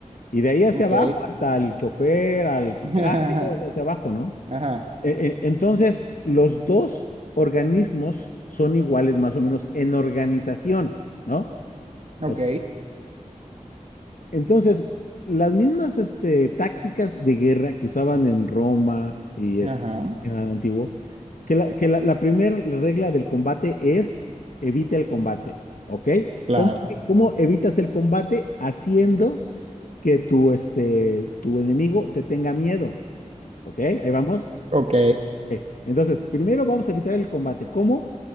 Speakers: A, on the left; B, on the right.
A: y de ahí hacia
B: Ok.
A: abajo hasta el chofer, al sicario,
B: <laughs> Ajá.
A: hacia abajo, ¿no?
B: Ajá.
A: E- e- entonces, los dos organismos son iguales más o menos en organización, ¿no?
B: Ok.
A: O sea, Entonces, las mismas este, tácticas de guerra que usaban en Roma y
B: Ajá.
A: es- en el antiguo, que la, que la, la primera regla del combate es evita el combate, ¿ok?
B: Claro.
A: ¿Cómo, cómo evitas el combate? Haciendo que tu, este, tu enemigo te tenga miedo, ¿ok? Ahí vamos.
B: Ok.
A: Ok. Entonces, primero vamos a evitar el combate. ¿Cómo?